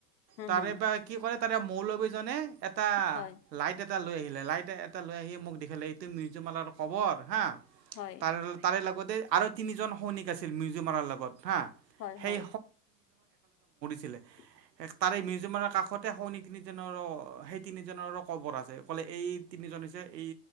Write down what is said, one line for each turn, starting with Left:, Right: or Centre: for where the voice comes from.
Left: হুম
Right: তাৰে
Left: হুম
Right: পা কি কয় তাৰে মৌলবী জনে এটা
Left: হয়
Right: লাইট এটা লৈ আহিল লে লাইট এটা লৈ আহি মোক দেখালে, এইটো মিউজিমালৰ কবৰ হা,
Left: হয়
Right: তাৰে তাৰে লগত আৰু তিনিজন সৈনিক আছিল মিউজিমালৰ লগত। হা',
Left: হয়
Right: সেই
Left: হয়
Right: সৈ
Left: <unintelligible>
Right: তাৰে মিউজিমানৰ কাষতে সৈনিক তিনিজনৰ, সেই তিনিজনৰো কবৰ আছে। কলে এই তিনিজন হৈছে এই